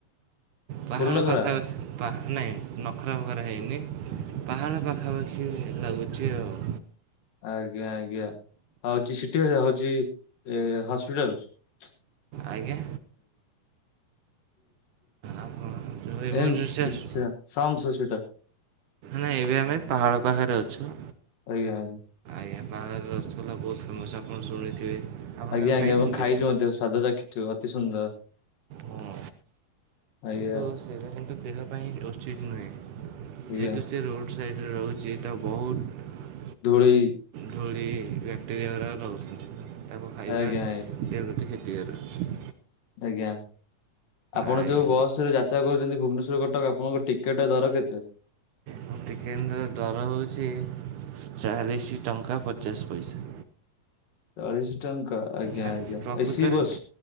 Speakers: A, on the right; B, on the left.
A: ପାହାଡ଼
B: ଫୁଲନଗରା।
A: ପାଖାପାଖି ପା ନହିଁ ନଖରା ଫଖରା ହେଇନି ପାହାଳ ପାଖାପାଖି ଲାଗୁଛି ଆଉ।
B: ଆଜ୍ଞା ଆଜ୍ଞା ହଉଛି ସେଠି ହଉଛି ଏ ହସ୍ପିଟାଲ। <unintelligible>
A: ଆଜ୍ଞା ଆପଣ ଯେଉଁ ଏମର୍ଜେନ୍ସି
B: ଏ ମ
A: ଆସୁ
B: ସେ ଶମସ ହସ୍ପିଟାଲ।
A: ନା ଏବେ ଆମେ ପାହାଳ ପାଖରେ ଅଛୁ।
B: ଆଜ୍ଞା।
A: ଆଜ୍ଞା ପାହାଡଳର ରସଗୋଲା ବହୁତ ଫେମସ୍ ଆପଣ ଶୁଣିଥିବେ। ଆପଣ
B: ଆଜ୍ଞା
A: କେବେ
B: ଆଜ୍ଞା
A: ଖାଇଛନ୍ତି?
B: ଏବଂ ଖାଇଛୁ ମଧ୍ୟ ସ୍ୱାଦ ଚାଖିଛୁ ଅତି ସୁନ୍ଦର।
A: ହଁ
B: ଆଜ୍ଞା
A: ତ ସେଟା କିନ୍ତୁ ଦେହ ପାଇଁ ଉଚିତ ନୁହେଁ।
B: ଆଜ୍ଞା
A: ଯେହେତୁ ସେ ରୋଡ଼ ସାଇଡ଼ରେ ରହୁଛି ଏଟା ବହୁତ
B: ଧୂଳି।
A: ଧୋଳି ବ୍ୟାକ୍ଟେରିଆ ଗାରା ରହୁଛନ୍ତି ତାକୁ ଖାଇବା
B: ଆଜ୍ଞା
A: ଦେ ବୃତି କ୍ଷତିକାର ଅଛି।
B: ଆଜ୍ଞା ଆପଣ
A: ଆଜ୍ଞା
B: ଯୋଉ ବସରେ ଯାତ୍ରା କରୁଛନ୍ତି। ଭୁବନେଶ୍ୱର କଟକ ଆପଣଙ୍କ ଟିକେଟ୍ ଦର କେତେ।
A: ମୋ ଟିକେଟର ଡର ହେଉଛି ଚାଳିଶ ଟଙ୍କା ପଚାଶ ପଇସା।
B: ଚାଳିଶ ଟଙ୍କା। ଆଜ୍ଞା
A: ନା
B: ଆଜ୍ଞା
A: ପ୍ରକୃତରେ
B: ଏସି ବସ୍